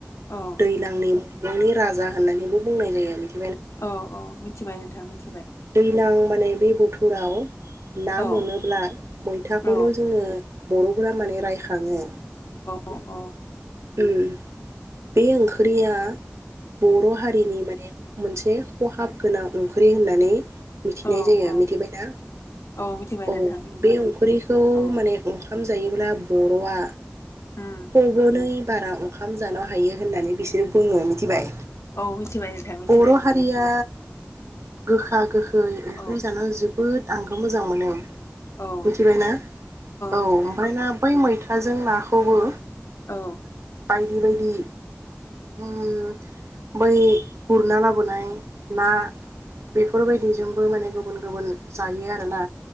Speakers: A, on the left; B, on the right.
A: औ
B: दैलांनि <unintelligible> राजा होननानैबो बुंनाय जायो आरो मिथि
A: औ औ मिथ थिबाय नोंथाङा मिथिबाय?
B: दैज्लां माने बे बोथोराव ना
A: औ
B: मोनोब्ला मैथाखौल'
A: औ
B: जोङो बर'फोरा माने रायखाङो
A: औ
B: ओम बे ओंख्रिया बर' हारिनि माने मोनसे खहाब ओंख्रि होननानै मिथिनाय
A: औ
B: जायो
A: औ
B: मिथिबायना
A: औ मिथिबाय
B: औ
A: नोंथां मिथिबाय
B: बे ओंख्रिखौ
A: औ
B: माने अंखाम जायो ब्ला बर'आ
A: उम
B: पबनै बारा ओंखाम जान हायो होननानै बिसोर बुंङो मिथिबाय।
A: औ मिथिबाय नोंथां मिथिबाय
B: बर' हारिया गोखा गोखै। <unintelligible> ओंख्रि
A: औ
B: जानानै जोब जोबोद आंबो मोजां मोनो।
A: औ
B: मिथिबायना औ
A: मिथिबाय
B: ओमफ्राय
A: नोंथां
B: ना बै मै दा जों नाखौबो
A: औ।
B: बि बायदि उम बै गुरना लाबोनाय। ना बेफोर बायदिजोंबो माने गुबुन गुबुन जायो आरोना